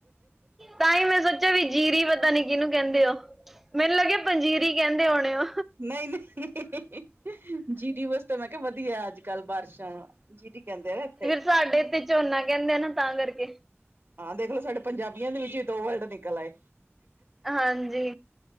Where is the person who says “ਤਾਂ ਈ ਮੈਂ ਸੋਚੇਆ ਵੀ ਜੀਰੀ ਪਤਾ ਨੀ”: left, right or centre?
Centre